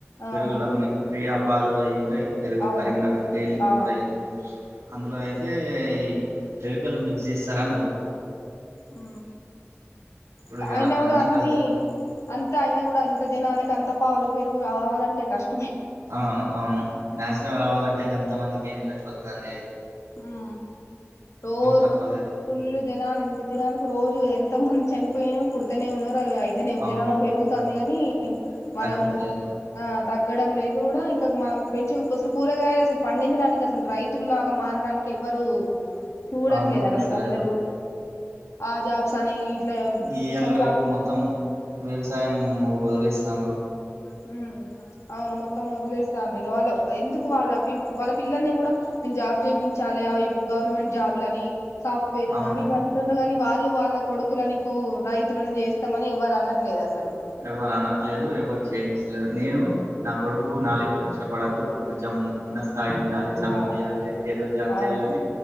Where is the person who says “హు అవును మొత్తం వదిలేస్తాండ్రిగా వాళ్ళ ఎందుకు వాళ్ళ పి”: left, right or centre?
Left